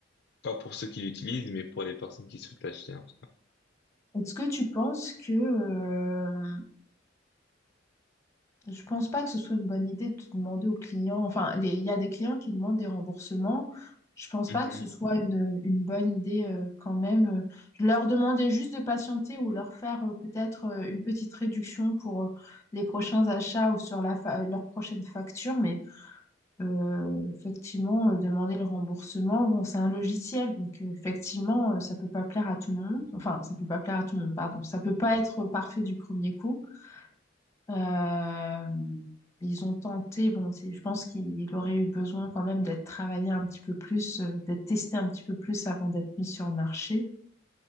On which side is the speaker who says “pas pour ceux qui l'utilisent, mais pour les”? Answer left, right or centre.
Left